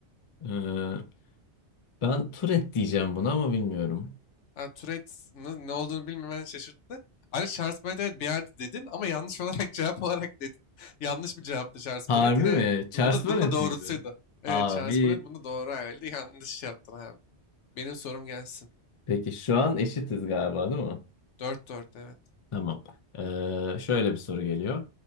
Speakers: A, on the left; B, on the left.
A: Ee, ben Tourette diyeceğim buna ama bilmiyorum.
B: Ha, Tourette'nin ne ne olduğunu bilmemen şaşırttı. Ayrıca Charles Bonnet evet bir yerde dedin ama yanlış olarak <laughs> cevap olarak dedin. <laughs> Yanlış bir cevaptı Charles
A: Harbi
B: Bonnet. Yine
A: mi? Charles
B: bu da,
A: Bonnet
B: bunun da doğrusuydu.
A: miydi?
B: Evet
A: Abi.
B: Charles Bonnet bunu doğru ayarladı. Yanlış yaptın abi. Benim sorum gelsin.
A: <laughs> Peki şu an eşitiz galiba değil mi?
B: Dört dört evet.
A: Tamam. Ee, şöyle bir soru geliyor.